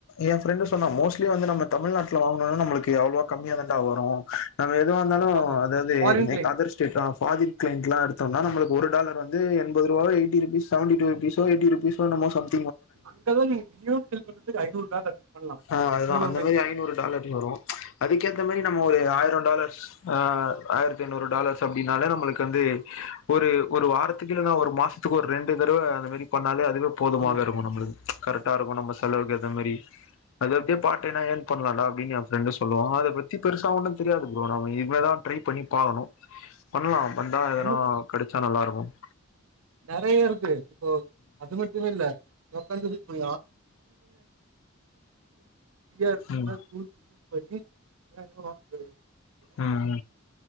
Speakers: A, on the left; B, on the right.
A: என் ஃப்ரெண்டு சொன்னா மோஸ்ட்லி வந்து நம்ம. தமிழ்நாட்டுல வாங்கனும்னா நமளுக்கு எவ்வளவா கம்மியா தண்டா வரும். எதுவாந்தாலும்
B: ஆமா
A: அதாவது
B: ஃபாரின் கிளைண்ட்
A: அதர் ஸ்டேட்தா பாரின் கிளைண்ட்லா இரு. நம்ம ஒருடாலர் வந்து என்பது ரூபா எயிட்டி ருபீஸ் செவண்டிடூ ருபீஸ்சோ எயிட்டிருபிஸ்சோ நம்ம சம்.
B: அங்கதான் நீங்க தியோ செல் பண்றதுக்கு ஐநூறு டாலர். பண்ணலா
A: ஆஹ அதுதான்
B: மினிமமே
A: அந்த மாதிரி ஐநூறு டாலர்னு வரும் ம்ச். அதுக்கேத்த மாதிரி நம்ம ஒரு ஆயிரோ. டாலர்ஸ் ஆயிரத்தி ஐநூறு டாலர்ஸ் அப்படின்னாலே நம்மளுக்கு. வந்து. ஒரு ஒரு வாரத்துக்கு இல்லைன்னா ஒரு மாசத். துகு ரெண்டு தடவ அந்த மாரி பண்ணாலே அதுவே போதுமாக
B: ஆமா
A: இருக்கு நம்மளுக்கு கரெக்டா இருக்கு நம்ம செலவுக்கு ஏத்த மாரி அது அப்டியே பாட்டேன்னா இயர்ன் பண்லான்டா அப்டின்னு என் ஃப்ரெண்டு சொல்லுவா அத பத்தி பெருசா ஒன்னு தெரியாது ப்ரோ நம்ம இனிமே தா ட்ரை பண்ணி பாக்கணு பண்லா பண்டா எதுனா
B: பண்ணுங்க
A: கடச்சா நல்லாருக் உம்
B: நெறைய இருக்கு இப்போ அது மட்டுமில்ல <unintelligible> இ ஆர்
A: ம்
B: கூட <unintelligible> <unintelligible>
A: உம்